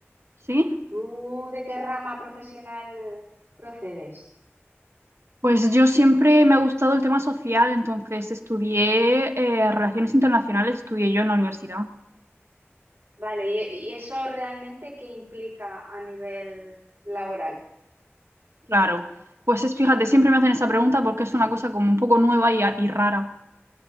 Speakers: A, on the right; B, on the right.
A: ¿Sí?
B: ¿Tú de qué rama profesional procedes?
A: Pues yo siempre me ha gustado el tema social, entonces estudié eh, relaciones internacionales, estudié yo en la universidad.
B: Vale, ¿y, y eso realmente qué implica a nivel laboral?
A: Claro. Pues es, fíjate, siempre me hacen esa pregunta porque es una cosa como un poco nueva y, y rara.